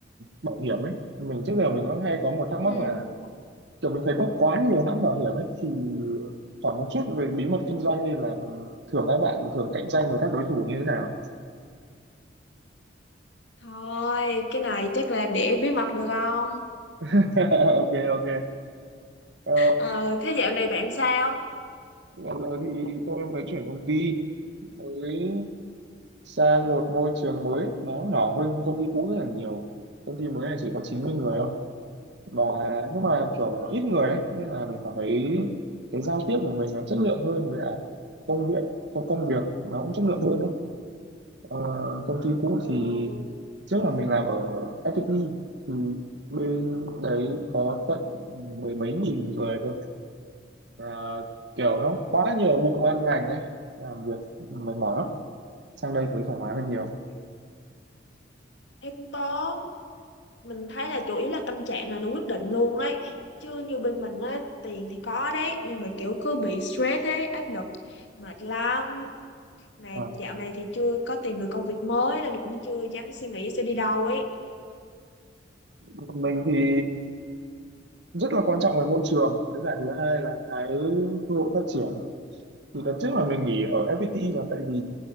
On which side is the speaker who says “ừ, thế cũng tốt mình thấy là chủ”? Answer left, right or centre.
Left